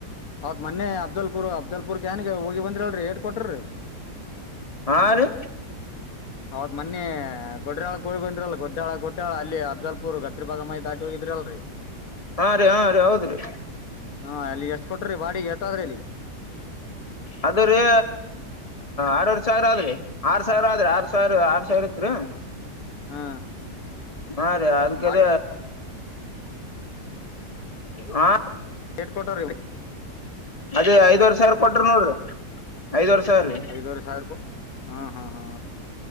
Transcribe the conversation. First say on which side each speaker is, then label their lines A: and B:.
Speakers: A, on the left; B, on the left.
A: ಹೌದ ಮೊನ್ನೆ ಅ ಅಬ್ದಲ್ಪುರ್ ಅಬ್ದಲ್ಪುರ್ ಕ ಏನ್ಗೆ ಹೋಗಿ ಬಂದ್ರಿ ಅಲ್ರಿ ಹೇಡ್ ಕೊಟ್ರಿ.
B: ಹಾ ರೀ
A: ಹೌದ್ ಮನ್ನಿ ಗೊಡಾಳ ಗಳಿ ಬಂದ್ರಲ್ಲ ಗೊಡ್ಡಾಳ ಗೊಡ್ಡಾಳ ಅಲ್ಲಿ ಅರ್ಜಲ್ಪುರ್ ಗತ್ತ. ಇ ಭಾಗ ಮಿ ದಾಟಿ ಹೋಗಿದ್ರ ಅಲ್ರರಿ.
B: ಹಾ ರೀ ಹಾ ರೀ ಹೌದ್ರಿ
A: ಹಾ ಅಲ್ಲಿ ಎಷ್ಟ ಕೊಟ್ರಿ ಬಾಡಿ ಎತದ್ರಿ ಇಲ್ಲಿ.
B: ಅದ ರೀ ಆರರ್ಷ ಸಾವಿರ ಆದ್ರಿ ಆರ್ ಸಾವಿರ ಆದ್ರಿ ಆರ್ ಸಾವಿರ ಆರ್ ಸಾವಿರ ಇತ್ ರೀ.
A: ಹಾ
B: ಹಾ ರೀ ಅದಕ್ಕೆದ
A: ಬಾಡಿ
B: ಹ
A: ಎಡ್ ಕವ್ಟರ್ ರ
B: ಅದೇ ಐದ್ವರ್ ಸಾವಿರ ಕೊಟ್ರ ನೋಡ್ರಿ. ಐದವರ್ಷಾವಿರ್ರಿ.
A: ಐದೂವರೆ ಸಾವಿರ ಹಾ ಹಾ ಹಾ